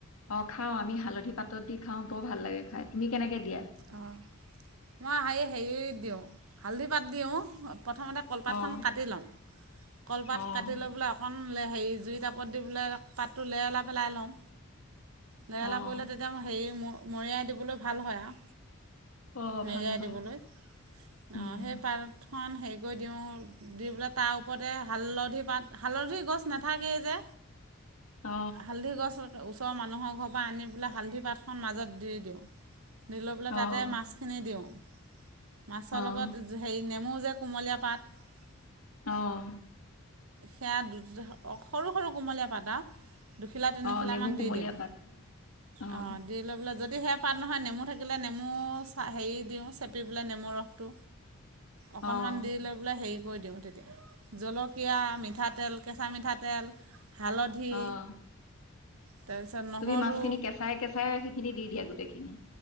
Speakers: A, on the left; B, on the right.
A: অঁ খাওঁ আমি হালধি পাতত দি খাওঁ বৰ ভাল লাগে খাই। তুমি কেনেকৈ দিয়া?
B: অ মই সাই হেৰি দিওঁ হালধি পাত দিওঁ। প্ৰথমতে কলপাতখন
A: অঁ
B: কাটি লওঁ কলপাত
A: অঁ
B: কাটি লৈ পেলাই অকণ হে জুই টাপত দি পেলাই পাতটো লে লাই পেলাই লওঁ। লেহলা
A: অঁ
B: পৰিলে তেতিয়া মই হেৰি মো- মৰিয়াই দিবলৈ ভাল হয় আও
A: অঁ
B: মেৰিয়াই
A: ভাল হয়
B: দিবলৈ
A: উম,
B: সেই পাত হেৰি কৰি দিওঁ দি পেলাই তাৰ ওপৰতে হালধি পাত হালধি গছ নাথাকেই যে
A: অ
B: হালধি গছ ওচৰৰ মানুহৰ ঘৰৰ পৰা আনি পেলাই হালধি পাতখন মাজত দি দিওঁ। দি লৈ পেলাই তাতে
A: অঁ
B: মাছখিনি দিওঁ মাছৰ
A: অঁ
B: লগত হেৰি নেমু যে কুমলীয়া পাত
A: আহ
B: সেয়াত সৰু সৰু কোমলীয়া পাতা। দুখিলা তিনিখিলামান
A: অঁ নেমু কুমলীয়া
B: দি দিওঁ
A: পাত অঁ
B: অ দি লৈ পেলাই যদি সেয়া পাত নহয় নেমু থাক- নেমু চ হেৰি দিওঁ চেপি পেলাই নেমু ৰসটো অকনমান
A: অঁ
B: দি লৈ বোলে হেৰি কৈ দিওঁ তেতিয়া জলকীয়া মিঠাতেল, কেঁচা মিঠাতেল হালধি
A: অঁ
B: তাৰপিছত নহৰু
A: তুমি মাছখিনি কেচাই কেচাই সেইখিনি দি দিয়া গোটেই কিনি